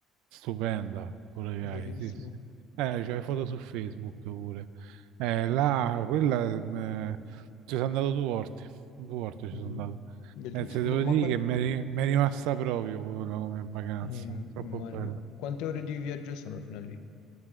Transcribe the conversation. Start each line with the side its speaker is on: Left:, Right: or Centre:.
Right: stupenda, Boracay,
Left: bellissimo.
Right: sì, sì. Eh, c'è le foto su Facebook pure. Eh, là, quella, mm, ci sono andato due volte, due volte ci
Left: Mhm.
Right: sono andato.
Left: Bellissimo.
Right: Eh, se devo
Left: Ma,
Right: dire
Left: quan-
Right: che mi è ri- mi è rimasta proprio quello come vacanza,
Left: ehm,
Right: troppo
Left: immag-
Right: bella.
Left: ma quante ore di viaggio sono fino a lì?